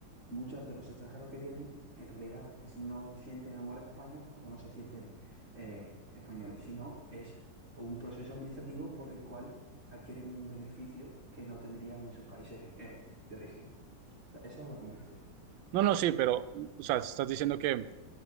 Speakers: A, on the right; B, on the right.
A: muchos de los extranjeros que vienen, en realidad, es, no sienten amor a España o no se sienten eh, españoles, sino es un proceso administrativo por el cual adquieren un beneficio que no tendrían en sus países eh, de origen. O sea, eso es a lo que me refiero.
B: No, no, sí, pero, o sea, estás diciendo que